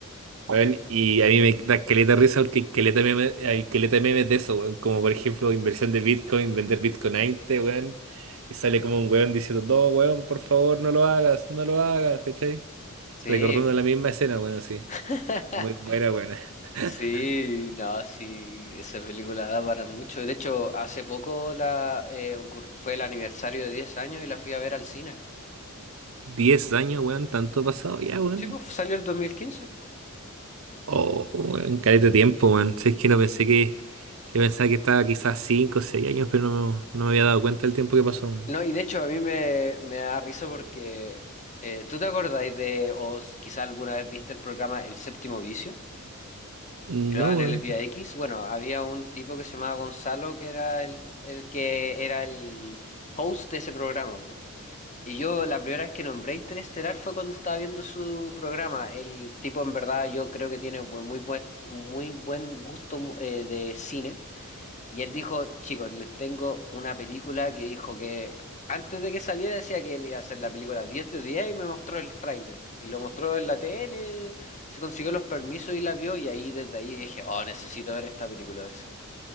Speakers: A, on the right; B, on the left.
A: Weón, y a mí me da caleta de risa porque hay caleta de meme- hay caleta de memes de eso, weón. Como por ejemplo, inversión de Bitcoin, vender Bitcoin a 20, weón. Y sale como un weón diciendo, no, weón, por favor, no lo hagas, no lo hagas, ¿cachai?
B: Sí,
A: Recordando la misma escena, weón, así.
B: <laughs>
A: Muy buena, weón. <laughs>
B: sí, no, sí, esa película da para mucho. De hecho, hace poco la, eh, ocur- fue el aniversario de 10 años y la fui a ver al cine.
A: diez años, weón, tanto ha pasado ya, weón.
B: Sí, pues salió el 2015.
A: Oh, weón, caleta de tiempo, weón. Si es que
B: Sí.
A: no pensé que. Yo pensaba que estaba quizás 5 o 6 años, pero no, me- no me había dado cuenta del tiempo que pasó, weón.
B: No, y de hecho a mí me, me da risa porque eh, ¿tú te acordáis de, o s- quizá alguna vez viste el programa El Séptimo Vicio?
A: No,
B: Que lo daban
A: weón.
B: en el Vía X. Bueno, había un tipo que se llamaba Gonzalo que era el, el que era el host de ese programa, po. Y yo la primera vez que nombré Interestelar fue cuando estaba viendo su programa. El tipo en verdad yo creo que tiene buen- muy buen, muy buen gusto eh, de cine. Y él dijo, chicos, les tengo una película que dijo que antes de que saliera decía que él iba a hacer la película 10 de 10 y me mostró el tráiler. Y lo mostró en la tele, se consiguió los permisos y la vio y ahí desde ahí dije, oh, necesito ver esta película.